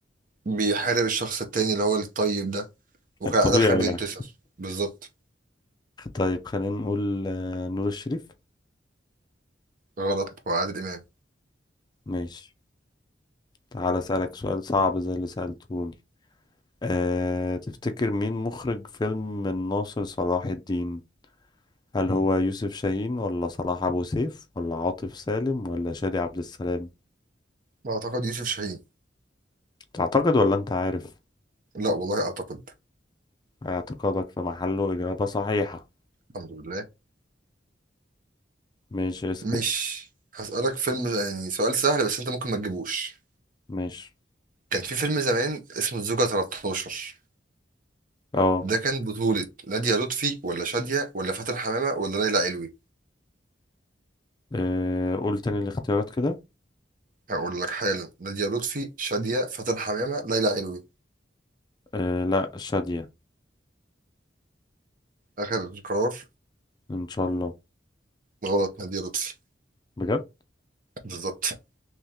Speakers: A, on the right; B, on the left.
A: بيحارب الشخص التاني اللي هو الطيب ده وكان
B: الطبيعي
A: عادل خالد بينتصر
B: يعني
A: بالظبط
B: طيب خلينا نقول آه، نور الشريف
A: غلط وعادل إمام
B: ماشي تعال أسألك سؤال صعب زي اللي سألتهوني أه تفتكر مين مخرج فيلم الناصر صلاح الدين هل هو يوسف شاهين ولا صلاح أبو سيف ولا عاطف سالم ولا شادي عبد السلام
A: أعتقد يوسف شاهين
B: تعتقد ولا أنت عارف
A: لا والله أعتقد
B: اعتقادك في محله إجابة صحيحة
A: الحمد لله
B: ماشي اسأل
A: مش هسألك فيلم يعني سؤال سهل بس انت ممكن ما تجيبوش
B: ماشي
A: كان في فيلم زمان اسمه الزوجة 13
B: اه
A: ده كان بطولة نادية لطفي ولا شادية ولا فاتن حمامة ولا ليلى علوي
B: آه، قول تاني الاختيارات كده
A: هقول لك حالا نادية لطفي شادية فاتن حمامة ليلى علوي
B: أه لا شادية
A: آخر قرار
B: إن شاء الله
A: غلط نادية لطفي
B: بجد
A: بالظبط